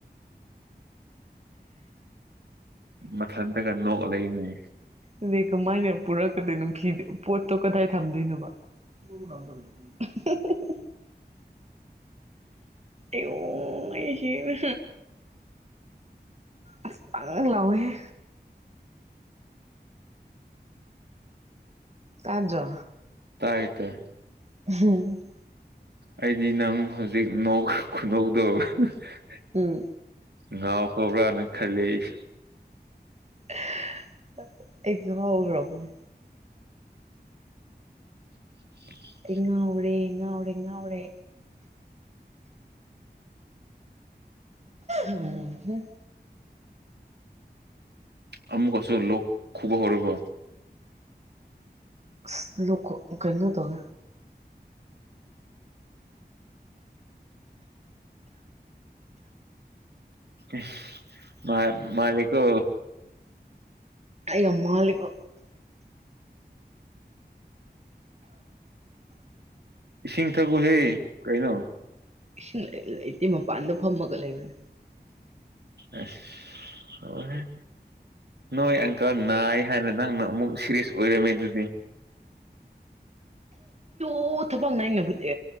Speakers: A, on the right; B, on the right.
A: ꯃꯊꯟꯇꯒ ꯅꯣꯛꯑ ꯂꯩꯅꯦ
B: ꯑꯗꯩ ꯀꯃꯥꯏꯅ ꯄꯨꯔꯛꯀꯗꯣꯏꯅꯣ ꯊꯤꯗ ꯄꯣꯠꯇꯣ ꯀꯗꯥꯏ ꯊꯝꯗꯣꯏꯅꯣ <unintelligible> ꯑꯩꯌꯣ ꯑꯩꯁꯤꯔꯦ ꯑꯁꯇꯪ ꯂꯥꯎꯋꯦꯍꯦ ꯇꯥꯖꯣ
A: ꯇꯥꯏꯌꯦ ꯇꯥꯏ
B: <unintelligible>
A: ꯑꯩꯗꯤ ꯅꯪ ꯍꯧꯖꯤꯛ ꯅꯣꯛ ꯈꯨꯅꯣꯛꯗꯣ <unintelligible>
B: ꯎꯝ
A: ꯉꯥꯎꯈ꯭ꯔꯕ꯭ꯔꯥꯅ ꯈꯜꯂꯦ ꯑꯩ
B: <unintelligible> ꯑꯦꯖꯨ ꯉꯥꯎꯔꯨꯔꯕꯅꯦ
A: <inaudible>
B: ꯑꯩ ꯉꯥꯎꯔꯦ ꯉꯥꯎꯔꯦ ꯉꯥꯎꯔꯦ ꯎꯝ ꯍꯨꯝ
A: ꯑꯃꯨꯛꯀꯁꯨ ꯂꯣꯛ ꯈꯨꯨꯕ ꯍꯧꯔꯕ꯭ꯔꯣ
B: ꯑꯁ ꯂꯣꯛ ꯈꯨ ꯀꯩꯅꯣ ꯇꯧꯋꯦ
A: ꯏꯁ ꯃꯥ ꯃꯥꯂꯤꯀꯣ
B: ꯑꯩ ꯌꯥꯝ ꯃꯥꯜꯂꯤꯕ
A: ꯏꯁꯤꯡ ꯊꯛꯎꯍꯦ ꯀꯩꯅꯣ
B: ꯏꯁꯤꯡ ꯂꯩ ꯂꯩꯇꯦ ꯃꯄꯥꯟꯗ ꯐꯝꯃꯒ ꯂꯩꯕꯅꯦ
A: ꯑꯁ ꯂꯣꯏꯔꯦ ꯅꯣꯏ ꯑꯪꯀꯜ ꯅꯥꯏ ꯍꯥꯏꯅ ꯅꯪꯅ ꯑꯃꯨꯛ ꯁꯦꯔꯤꯌꯁ ꯑꯣꯏꯔꯝꯃꯦ ꯑꯗꯨꯗꯤ
B: ꯑꯣ ꯊꯕꯛ ꯅꯥꯏꯅꯕꯨꯗꯤ